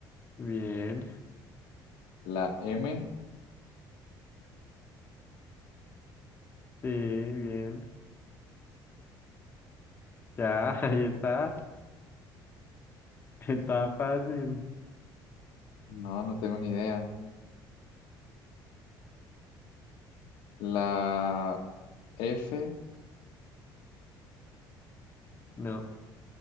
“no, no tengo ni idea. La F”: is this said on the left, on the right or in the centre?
Left